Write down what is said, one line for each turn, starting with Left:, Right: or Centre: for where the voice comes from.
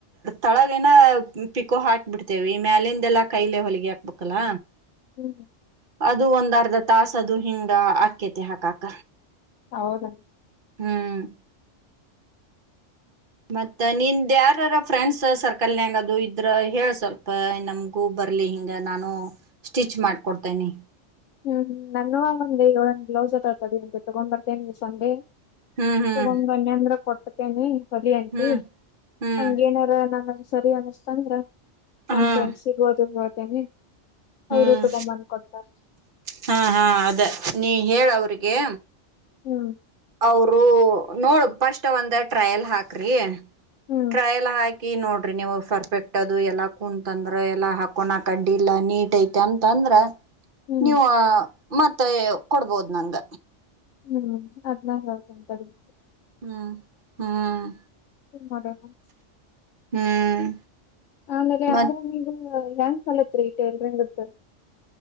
Right: ತಳಗ ಏನ ಪಿಕೋ ಹಾಕ್ಬಿಡ್ತೇವಿ ಮ್ಯಾಲಿಂದೆಲ್ಲಾ ಕೈಲೆ ಹೊಲಿಗೆ ಹಾಕ್ಬೇಕಲ್ಲ
Left: ಹ್ಮ
Right: ಅದು ಒಂದರ್ಧ ತಾಸ ಅದು ಹಿಂಗ ಆಕೇತಿ ಹಾಕಾಕ
Left: ಹೌದ
Right: ಹ್ಮ್ ಮತ್ತ ನಿಂದ ಯಾರಾರ ಫ್ರೆಂಡ್ಸ್ ಸರ್ಕಲ್ನ್ಯಗ ಅದು ಇದ್ರ ಹೇಳ ಸ್ವಲ್ಪ ನಮಗೂ ಬರ್ಲಿ ಹಿಂಗ ನಾನು ಸ್ಟಿಚ್ ಮಾಡಕೊಡ್ತೇನಿ
Left: ಹ್ಮ್ ಹ್ಮ್ ನನ್ನವ ಒಂದೆ ಒಂದ್ ಏಳೆಟು ಬ್ಲೌಸ್ ಅದವಾ ತಡಿ ತಗೊಂಡ್ ಬರ್ತೇನಿ ಈ ಸಂಡೆ
Right: ಹ್ಮ್ ಹ್ಮ್
Left: ತಗೊಂದ್ ಬಂದಿ ಅಂದ್ರ ಕೊಡ್ತ ತೆನಿ ಹೊಲಿ ಅಂತಿ
Right: ಹ್ಮ್ ಹ್ಮ್
Left: ಹಂಗೇನರ ನ ಸರಿ ಅನಸ್ತ ಅಂದ್ರ ನಮ್
Right: ಹ್ಮ್
Left: ಫ್ರೆಂಡ್ಸ್ಗೂ ಅದು ಹೇಳ್ತೆ ಹೇಳ್ತೆನಿ
Right: ಹ್ಮ್
Left: ಅವರು ತಗೊ ಬಂದ ಕೊಡ್ತಾರ
Right: ಹಾ ಹಾ ಅದ ನೀ ಹೇಳ ಅವ್ರಿಗೆ
Left: ಹ್ಮ್
Right: ಅವರು ನೋಡ್ ಫಸ್ಟ್ ಒಂದ ಟ್ರಯಲ್ ಹಾಕ್ರಿ
Left: ಹ್ಮ್
Right: ಟ್ರಾಯಲ್ ಹಾಕಿ ಕಿ ನೋಡ್ರಿ ನೀವು ಪರ್ಫೆಕ್ಟ್ ಅದು ಎಲ್ಲಾ ಕುಂತಂದ್ರ ಎಲ್ಲಾ ಹಾಕೊನಕಡ್ಡಿ ಇಲ್ಲಾ ನೀಟ್ ಐತಿ ಅಂತಂದ್ರ
Left: ಹ್ಮ್
Right: ನೀವು ಮತ್ತೆ ಕೊಡ್ಬೋದು ನಂಗ
Left: ಹ್ಮ್ ಅದ್ನ್ನ ಹೇಳ್ತೆನಿ ತಡಿ
Right: ಹ್ಮ್ ಹ್ಮ್
Left: ಮಾಡದ <unintelligible>
Right: ಹ್ಮ್
Left: ಆಮೇಲೆ
Right: ಮತ್
Left: ಅಂದ್ರ ನೀವು ಹ ಕಲತ್ರೀ ಟೇಲರಿಂಗದ್ದ